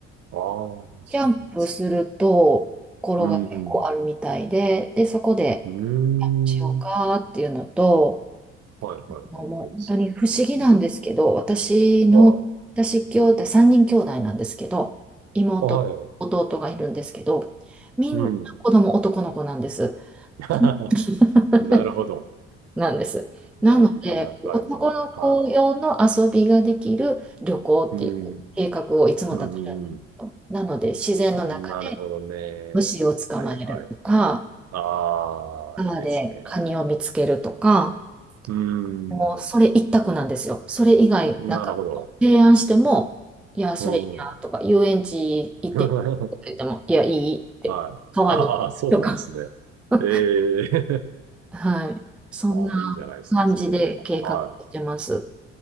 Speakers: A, on the right; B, in the centre.
A: ああ、そうなんですね。
B: キャンプするところが結構あるみたいで、
A: うん、
B: で、そこで
A: うん。
B: しようかっていうのと、
A: うーん。はいはいはい。
B: あもう本当に不思議なんですけど、
A: いいっすね。うん。
B: 私の、
A: は
B: 私兄弟、3人兄弟なんですけど、妹、
A: い。はい。
B: 弟がいるんですけど、みんな子供男の子なんです。
A: うん。<laughs>
B: <laughs>
A: なるほど。
B: なんです。
A: なかなかですね。
B: なので、男の子用の遊びができる旅行っていう計画をいつも立てるんですよ。
A: はい。うん。うん。うん
B: なので、自然の中で
A: なるほどね。
B: 虫を捕まえるとか、
A: はいはい。ああ、
B: 川でカニを見つけるとか、
A: いいですね。うん。
B: もうそれ一択なんですよ。それ以外、
A: なるほど。
B: なんか提案しても、いや、それいいなとか、
A: うん。
B: 遊園地行ってみるとか言っても、
A: <laughs>
B: いや、いいって、
A: はい。
B: 川にとか、
A: ああ、そうなんですね。
B: <laughs>
A: ええ
B: はい。そんな
A: <laughs> ああ、いいじゃないですか、
B: 感じで計画してます。
A: それは。はい。